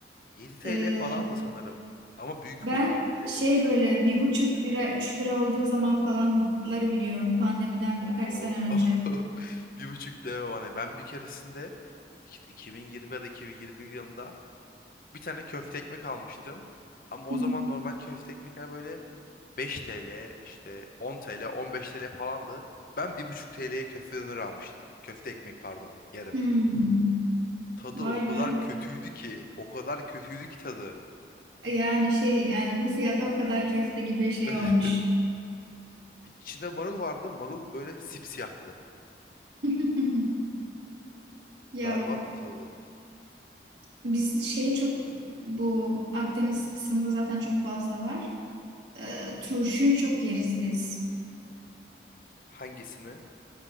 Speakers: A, on the left (about 50°); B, on the right (about 85°).
A: 7 TL
B: Ee,
A: falandı sanırım. Ama büyük
B: ben
A: boyu 7 TL'ydi.
B: şey böyle bir buçuk lira üç lira olduğu zaman falanları biliyorum pandemiden
A: Oo.
B: birkaç sene
A: <laughs>
B: önce.
A: Bir buçuk deme bana. Ben bir keresinde iki- 2020 ya da 2021 yılında bir tane köfte ekmek almıştım. Ama o
B: Hı hı.
A: zaman normal köfte ekmekler böyle 5 TL, işte on TL, 15 TL falandı. Ben bir buçuk TL'ye köfte döner almıştım. Köfte ekmek pardon, yarım.
B: Hmm,
A: Tadı
B: vay
A: o kadar
B: be.
A: kötüydü ki. O kadar kötüydü ki tadı.
B: Yani şey yani bu fiyata o kadar köfte gibi şey
A: <laughs>
B: olmuş.
A: İçinde marul vardı. Marul böyle sipsiyahtı.
B: <laughs> Ya
A: Berbattı tadı.
B: biz şeyi çok bu Akdeniz kısmında zaten çok fazla var. Ee, turşuyu çok yeriz biz.
A: Hangisini?